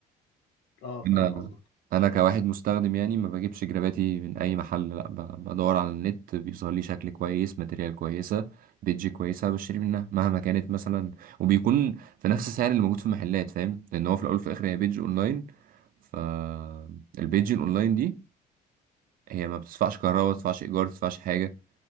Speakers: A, on the left; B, on the right.
A: اه فاهم
B: انا
A: قصدك
B: انا كواحد مستخدم يعني ما بجيبش جراباتي من اي محل لا ب- بدور على النت بيظهر لي شكل كويس ماتريال كويسه بيدج كويسه بشتري منها مهما كانت مثلا وبيكون في نفس السعر اللي موجود في المحلات فاهم لان هو في الاول وفي الاخر هي بيدج اونلاين فالبيدج الاونلاين دي هي ما بتدفعش كهرباء ما بتدفعش ايجار ما بتدفعش حاجه